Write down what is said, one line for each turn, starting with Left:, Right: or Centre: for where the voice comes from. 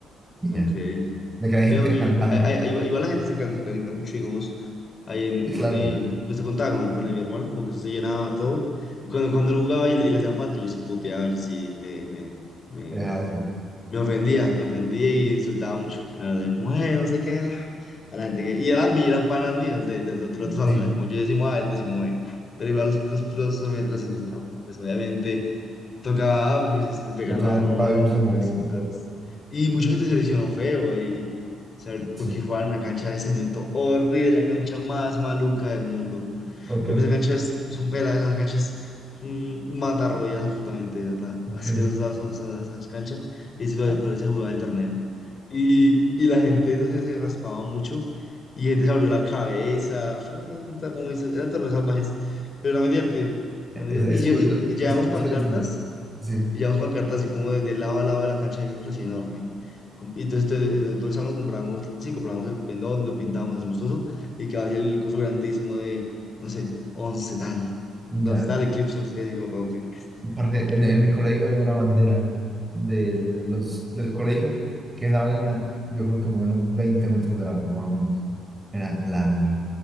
Right: y
Left: ok,
Right: ya, de que hay
Left: que
Right: gente
Left: donde,
Right: cantando.
Left: ahí, ahí- ahí va ahí va la gente se calienta, se calienta mucho, digamos, ahí en
Right: Y claro,
Left: donde, pues te contaba con, con mi hermano, como que eso se llenaba todo, y cuando, cuando él jugaba y, le- y le hacían falta, yo sí puteaba, yo sí me, me, me,
Right: te deja así.
Left: Me ofendía, me ofendía y insultaba mucho. La verdad, yo como, eh, no sé qué ah", A la gente que. Y eran, mi- eran panas míos de, de, otro- del otro salón,
Right: Sí,
Left: era como yo decimos A, él decimos B. Pero igual los, los, los, los insultaba, porque, pues obviamente tocaba A, porque pues, le pegaban
Right: tocaba,
Left: al hermano
Right: tocaba
Left: de
Right: vivir
Left: uno,
Right: ese
Left: tocaba
Right: momento,
Left: insultarlos.
Right: claro
Left: Y mucha gente se lesionó feo ahí, o sea,
Right: Sí,
Left: porque jugaban en una cancha de cemento horrible, la cancha más maluca del mundo.
Right: ok,
Left: Yo creo que esa cancha es, es un pela, esa cancha es un matarroyas absolutamente, de ¿verdad?
Right: ok.
Left: Asquerosa esa, esa, esa cancha. Y así pare-
Right: Ah,
Left: parece jugar el torneo. Y, y la gente entonces se raspaba mucho y gente se abrió la cabeza. Fue un torneo muy, eran torneos salvajes, pero era muy divertido.
Right: Es,
Left: era muy divertido.
Right: es curioso,
Left: Y, lle- y, y llevamos
Right: es curioso
Left: pancartas
Right: eso. Sí,
Left: y llevamos pancartas así como de, de lado a lado de la cancha de micro, así enorme. Com- Y entonces, te- entonces todo el salón compramos, sí, compramos el pendón, lo pintamos, hacemos todo eso, y quedaba así el coso grandísimo de, no sé, 11 tal, No,
Right: ya.
Left: 11 tal Eclipse, no sé qué, así con todos los picos.
Right: Parce, en, en
Left: Era
Right: mi colegio había una bandera de los, del colegio, que esa vaina, yo creo que me dio unos 20 metros de largo, más o menos. Era larga,